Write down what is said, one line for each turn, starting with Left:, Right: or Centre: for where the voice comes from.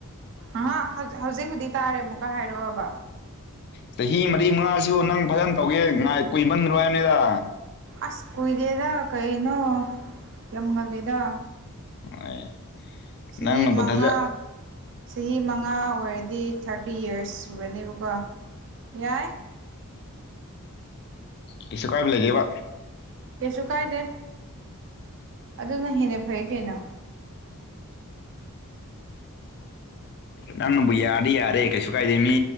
Right: ꯑꯍꯥ ꯍꯧꯖꯤꯛ ꯍꯧꯖꯤꯛꯄꯨꯗꯤ ꯇꯥꯔꯦ ꯑꯃꯨꯛꯀ ꯍꯥꯏꯔꯛꯑꯣꯕ
Left: ꯆꯍꯤ ꯃꯔꯤ ꯃꯉꯥꯁꯤꯕꯨ ꯅꯪ ꯐꯖꯅ ꯇꯧꯒꯦ ꯉꯥꯏ ꯀꯨꯏꯃꯟꯗ꯭ꯔꯣ ꯍꯥꯏꯕꯅꯦꯗ
Right: ꯑꯁ ꯀꯨꯏꯗꯦꯗ ꯀꯩꯅꯣ ꯌꯥꯝꯉꯂꯤꯗꯥ
Left: <unintelligible>
Right: ꯆꯍꯤ ꯃꯉꯥ꯫
Left: ꯊꯥꯖ
Right: ꯆꯍꯤ ꯃꯉꯥ ꯑꯣꯏꯔꯗꯤ ꯊꯥꯔꯇꯤ ꯌꯔꯁ ꯁꯨꯔꯅꯦꯕꯀꯣ ꯌꯥꯏ꯫
Left: ꯀꯩꯁꯨ ꯀꯥꯏꯕ ꯂꯩꯇꯦꯕ꯫
Right: ꯀꯩꯁꯨ ꯀꯥꯏꯗꯦ ꯑꯗꯨꯅ ꯍꯦꯟꯅ ꯐꯩꯌꯦ ꯀꯩꯅꯣ꯫
Left: ꯅꯪꯅꯕꯨ ꯌꯥꯔꯗꯤ ꯌꯥꯔꯦ ꯀꯩꯁꯨ ꯀꯥꯏꯗꯦ ꯃꯤ